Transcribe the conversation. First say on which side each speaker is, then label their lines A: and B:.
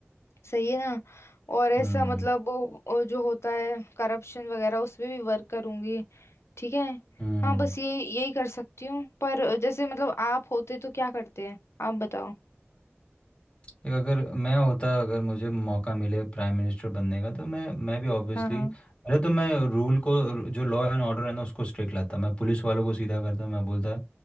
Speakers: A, on the left; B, on the left.
A: सही है ना और ऐसा
B: हम्म
A: मतलब वो वो जो होता है करप्शन वगैरह उस पे भी वर्क करूंगी ठीक है
B: हम्म
A: हाँ बस ये यही कर सकती हूँ पर जैसे मतलब आप होते तो क्या करते हैं आप बताओ
B: देख अगर मैं होता अगर मुझे मौका मिले प्राइम मिनिस्टर बनने का तो मैं मैं भी ऑब्वियसली
A: हाँ हाँ
B: पहले तो मैं रूल को रू- जो लॉ एंड ऑर्डर है ना उसको स्ट्रिक्ट लाता मैं पुलिस वालों को सीधा करता मैं बोलता